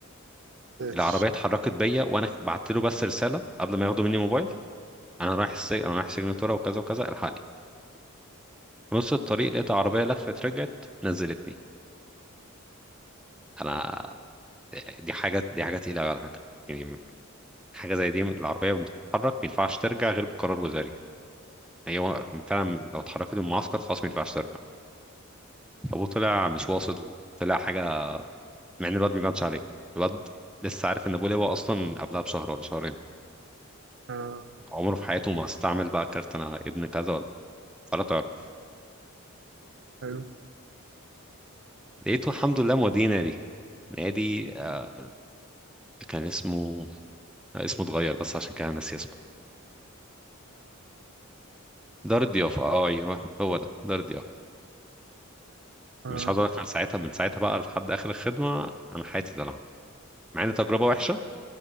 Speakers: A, on the right; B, in the centre.
A: تاتش
B: العربية اتحركت بيا وانا بعت له بس رسالة قبل ما ياخدوا مني موبايل انا رايح السجن انا رايح سجن طورة وكذا وكذا الحقني في نص الطريق لقيت عربية لفت رجعت نزلتني انا دي حاجة دي حاجة تقيلة أوي على فكرة يعني حاجة زي دي العربية بتتحرك ما ينفعش ترجع غير بقرار وزاري هي هو فعلا لو اتحركت من المعسكر خلاص ما ينفعش ترجع ابوه طلع مش واصل طلع حاجه مع ان الواد ما بانش عليه الواد لسه عارف ان ابوه لواء اصلا قبلها بشهر ولا شهرين
A: اه
B: عمره في حياته ما استعمل بقى كارت انا ابن كذا ولا ولا تعرف
A: حلو
B: لقيته الحمد لله موديه نادي نادي آه، كان اسمه آه، اسمه اتغير بس عشان كده أنا ناسي اسمه دار الضيافه اه ايوه هو ده دار الضيافه
A: اه
B: مش عاوز اقول لك انا ساعتها من ساعتها بقى لحد اخر الخدمه انا حياتي دلع مع ان تجربه وحشه